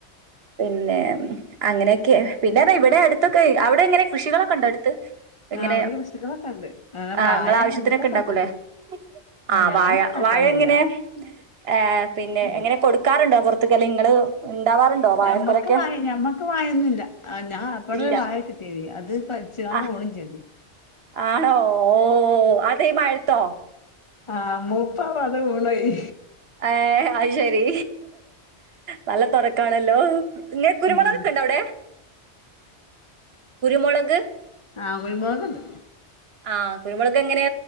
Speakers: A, on the right (about 60°); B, on the left (about 30°).
A: പിന്നെ അങ്ങനെ ഓക്കെ പിന്നെന്നാ ഇവിടെ അടുത്തൊക്കെ അവിടെ എങ്ങനെ കൃഷികളൊക്കെണ്ടൊ ഇങ്ങനെ
B: ആ അവിടെ കൃഷികളൊക്കെ ഉണ്ട് അങ്ങനെ
A: ആ
B: വായ
A: നിങ്ങളെ ആവശ്യത്തിനൊക്കെ
B: അങ്ങനത്തെ ഒക്കെ
A: ഉണ്ടാക്കേല്ലേ
B: ഉണ്ട്
A: ആ
B: ഞാൻ
A: വാഴ
B: ഉണ്ടാക്കാറില്ല
A: വാഴ എങ്ങനെ ആ പിന്നെ
B: ഞ-
A: എങ്ങനെ കൊടുക്കാറുണ്ട് പുൊറത്തക്ക് അല്ലെ നിങ്ങള് ഉണ്ടാവാറുണ്ടോ വാഴക്കൊലൊക്കെ
B: ഞമ്മക്ക് വായ ഞമ്മക്ക് വായന്നില്ല ആ ഞാ ബട
A: ഇല്ല
B: ഒരു വാഴ ച്ചിട്ടിനി അത് കൊലിച്ചികാണ്ട്
A: ആഹ്
B: വിണും ചെയ്ത്
A: ആണോ ഓ അതേമഴത്തോ
B: ആഹ് മൂപ്പാവാതെ വിണോയി
A: ഏ അത് ശരി നല്ല തുടക്കാണല്ലോ ഇങ്ങ കുരുമുളക്
B: ഉം
A: ക്കെ ഇണ്ട അവിടെ കുരുമുളക്
B: ആഹ് കുരുമുളക്ണ്ട്
A: ആഹ് കുരുമുളൊക്കെ എങ്ങനെ